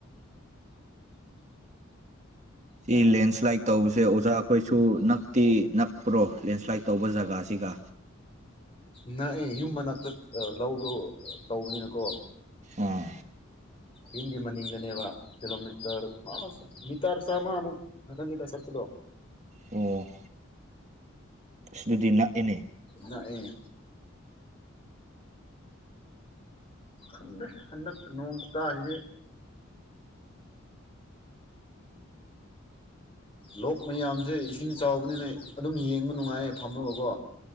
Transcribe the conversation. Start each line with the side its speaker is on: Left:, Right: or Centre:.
Right: ꯁꯤ ꯂꯦꯟꯁ꯭ꯂꯥꯏꯠ ꯇꯧꯕꯁꯦ ꯑꯣꯖꯥ ꯑꯩꯈꯣꯏꯁꯨ ꯅꯛꯇꯤ ꯅꯛꯄ꯭ꯔꯣ ꯂꯦꯟꯁ꯭ꯂꯥꯏꯠ ꯇꯧꯕ ꯖꯒꯥꯁꯤꯒ
Left: ꯅꯛꯑꯦ ꯌꯨꯝ ꯃꯅꯥꯛꯇ ꯂꯧꯗꯣ ꯇꯧꯕꯅꯤꯅꯀꯣ
Right: ꯑꯥ
Left: ꯌꯨꯝꯒꯤ ꯃꯅꯤꯡꯗꯅꯦꯕ ꯀꯤꯂꯣꯃꯤꯇꯔ ꯑꯁ ꯃꯤꯇꯥꯔ ꯆꯝꯃꯥꯃꯨꯛ ꯅꯥꯊꯪꯒꯤꯗ ꯆꯠꯄꯗꯣ
Right: ꯑꯣ ꯏꯁ ꯑꯗꯨꯗꯤ ꯅꯛꯏꯅꯦ
Left: ꯅꯛꯑꯦ ꯈꯪꯗꯦ ꯍꯟꯗꯛ ꯅꯣꯡ ꯈꯨꯇꯥꯁꯤꯗꯤ ꯂꯣꯛ ꯃꯌꯥꯝꯁꯦ ꯏꯁꯤꯡ ꯆꯥꯎꯕꯅꯤꯅ ꯑꯗꯨꯝ ꯌꯦꯡꯕ ꯅꯨꯡꯉꯥꯏꯌꯦ ꯐꯝꯃꯒꯀꯣ